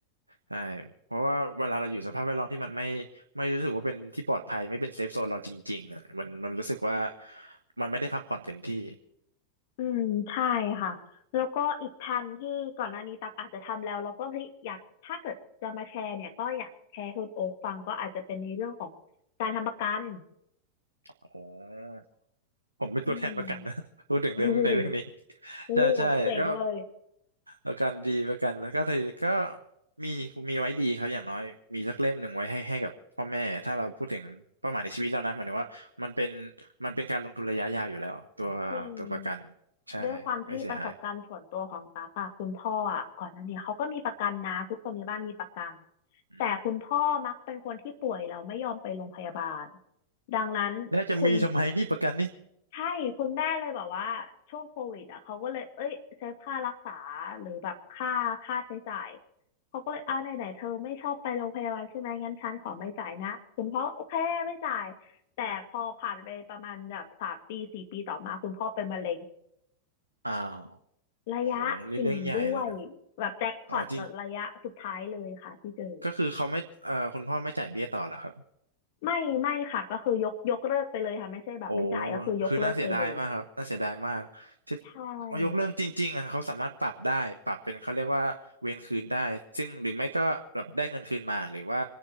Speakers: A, on the right; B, on the left.
A: ใช่เพราะว่าเวลาเราอยู่สภาพแวดล้อมที่มันไม่ไม่รู้สึกว่าเป็นที่ปลอดภัยไม่เป็นเซฟโซนเราจริงๆอะมันมันรู้สึกว่ามันไม่ได้พักผ่อนเต็มที่
B: อืมใช่ค่ะแล้วก็อีกแผนที่ก่อนหน้านี้ตักอาจจะทำแล้วแล้วก็เฮ้ยอยากถ้าเกิดจะมาแชร์เนี่ยก็อยากแชร์ให้คุณโอ๊คฟังก็อาจจะเป็นในเรื่องของการทำประกัน
A: อ๋อผมเป็นตัวแทนประกันนะ
B: อืม
A: <laughs> พูดถึงเรื่องในเรื่องนี้
B: โอ้โห
A: <laughs>
B: โอ้โหเจ๋งเลย
A: ใช่ใช่ก็ประกันดีประกันแล้วก็ทีนี้ก็มีมีไว้ดีครับอย่างน้อยมีสักเล่มหนึ่งไว้ให้ให้กับพ่อแม่ถ้าเราพูดถึงเป้าหมายในชีวิตเรานะหมายถึงว่ามันเป็นมันเป็นการลงทุนระยะยาวอยู่แล้วตัวตัวประกัน
B: จริง
A: ใช่ไม่เสียหาย
B: ด้วยความที่ประสบการณ์ส่วนตัวของตากอะคุณพ่ออะก่อนหน้าเนี้เขาก็มีประกันนะทุกคนในบ้านมีประกัน
A: อืม
B: แต่คุณพ่อมักเป็นคนที่ป่วยแล้วไม่ยอมไปโรงพยาบาลดังนั้นคุณ
A: แล้วจะมีทำไมนี่ประกันนี่
B: ใช่คุณแม่เลยแบบว่าช่วงโควิดอ่ะเขาก็เลยเอ้ยเซฟค่ารักษาหรือแบบค่าค่าใช้จ่ายเขาก็เลยเอาไหนไหนเธอไม่ชอบไปโรงพยาบาลใช่ไหมงั้นฉันขอไม่จ่ายนะคุณพ่อโอเคไม่จ่ายแต่พอผ่านไปประมาณแบบสามปีสี่ปีต่อมาคุณพ่อเป็นมะเร็ง
A: อ้าว
B: ระยะสี่ด้วย
A: โอ้โหนี่เรื่องใหญ่เลยนะ
B: แบบแจ็คพอตแบบระยะสุดท้ายเลยค่ะที่เจอ
A: โอ้จริงก็คือเขาไม่เอ่อคุณพ่อไม่จ่ายเบี้ยต่อเหรอครับ
B: ไม่ไม่ค่ะก็คือยกยกเลิกไปเลยค่ะไม่ใช่แบบไม่จ่ายก็คือยกเลิกไปเลย
A: โอ้คือน่าเสียดายมากครับ น่าเสียดายมากที่
B: ใช่
A: เอายกเลิกจริงๆอ่ะเขาสามารถปรับได้ ปรับเป็นเขาเรียกว่าเวรคืนได้ ซึ่งหรือไม่ก็แบบได้เงินคืนมาหรือว่า